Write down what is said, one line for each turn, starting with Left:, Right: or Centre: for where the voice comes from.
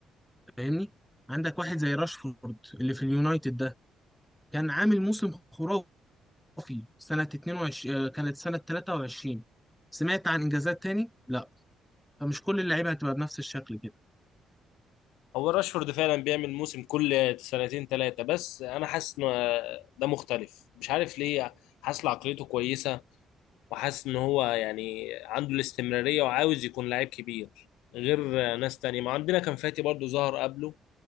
Centre: فاهمني عندك واحد زي راشفورد اللي في اليونايتد ده كان عامل موسم خرافي سنة 22 آه، كانت سنة 23 سمعت عن إنجازات تاني؟ لا فمش كل اللعيبة هتبقى بنفس الشكل كده
Left: هو راشفورد فعلا بيعمل موسم كل سنتين ثلاثة بس أنا حاسس إن ده مختلف مش عارف ليه حاسس إن عقليته كويسة وحاسس إن هو يعني عنده الاستمرارية وعاوز يكون لعيب كبير غير ناس تانية ما عندنا كان فاتي برضو ظهر قبله